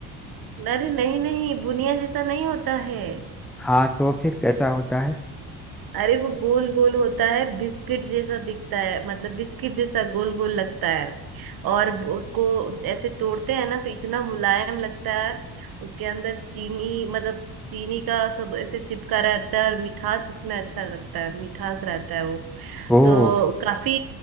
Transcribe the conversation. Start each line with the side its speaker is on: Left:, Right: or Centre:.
Right: अरे नहीं नहीं बुनिया जैसा नहीं होता है
Centre: हाँ तो फिर कैसा होता है
Right: अरे वो गोल गोल होता है बिस्किट जैसा दिखता है मतलब बिस्किट जैसा गोल गोल लगता है और ब- उसको ऐसे तोड़ते हैं ना तो इतना मुलायम लगता है उसके अंदर चीनी मतलब चीनी का सब ऐसे चिपका रहता है और मिठास उसमें अच्छा लगता है मिठास रहता है
Centre: ओह
Right: तो काफी